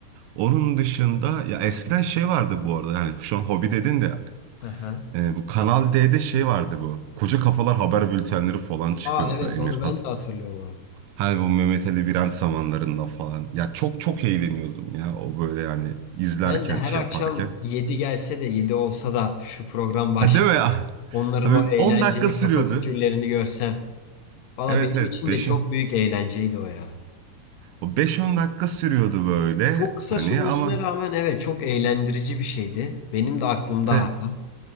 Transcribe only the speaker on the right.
Onun dışında ya eskiden şey vardı bu arada. Yani şu an hobi dedin de
ee, bu Kanal D'de şey vardı bu. Koca kafalar haber bültenleri falan çıkıyordu
Emirhat.
Hani bu Mehmet Ali Biran zamanlarında falan. Ya çok çok eğleniyordum ya o böyle yani izlerken
şey
yaparken.
Ha, değil mi <laughs> ya?
Abi
10 dakika sürüyordu.
Evet
evet
5
o beş on dakika sürüyordu böyle
hani
ama
evet